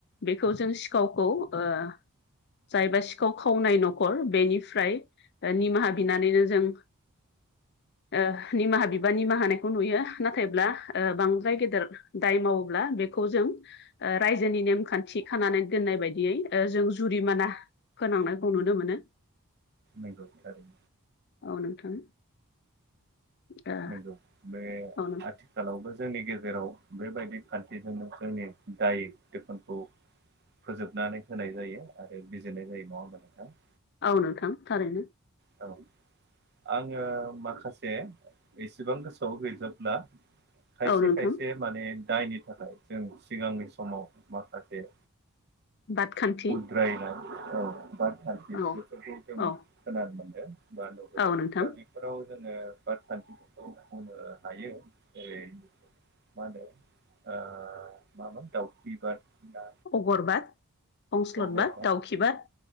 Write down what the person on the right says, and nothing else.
नंगौ थारै
नंगौ बे हाथ
आथिखालावबो जोंनि गेजेराव बेबायदि खान्थिजोंनो जोंनि दाय दोफोनखौ फोजोबनानै होनाय जायो आरो बिजिरनाय जायो नङा होमबा नोंथां?
औ। आङो माखासे एसेबां गोसोआव गैजोबला खायसे
खायसे माने दायनि थाखाय जों सिगांनि समाव माखासे
दायना औ बादखान्थि
बेफोरखौ जों
खोनानो मोनदो बा नुबोदो
दा बि फोराव जोङो बादखान्थिफोरखौ मावनो हायो जेरै मा होनो ओ माबा दाउखिबाद ना
अगर